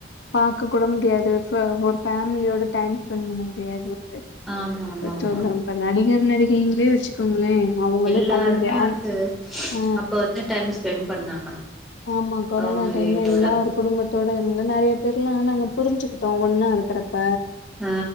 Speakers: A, on the left; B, in the centre.
A: பாக்க கூட முடியாது ஃபே ஒரு ஃபேமிலியோட டைம் ஸ்பெண்ட் பண்ண முடியாது
B: ஆமா ஆமா
A: பட்
B: ஆமா
A: சொன்ன இப்ப நடிகர் நடிகைங்களே வச்சுக்கோங்களே அவங்களே
B: எல்லாருமே
A: பண்ண முடியா
B: வந்து
A: ஆ
B: அப்ப வந்து டைம் ஸ்பெண்ட் பண்ணாங்க
A: ஆமா கொரோனா
B: அவங்க
A: டைம்ல
B: வீட்டோட
A: எல்லார் குடும்பத் கூட இருந்து நெறைய பேர்லா நாங்க புரிஞ்சுக்கிட்டோ ஒன்னா இருக்கிறப்ப
B: ஆ